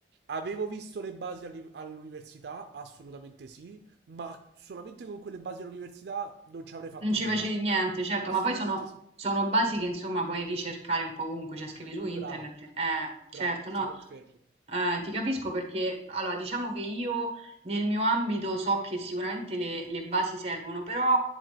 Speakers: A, on the right; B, on the right.
A: avevo visto le basi all'i- all'università, assolutamente sì, ma solamente con quelle basi all'università non ci avrei fatto
B: Non ci
A: nulla.
B: facevi niente, certo,
A: Assolutamente
B: ma poi sono,
A: sì.
B: sono basi che insomma puoi ricercare un po' ovunque, cioè scrivi su internet.
A: Brava,
B: Eh, certo,
A: brava,
B: no,
A: ti confermo.
B: eh, ti capisco perché, allora, diciamo che io nel mio ambito so che sicuramente le, le basi servono, però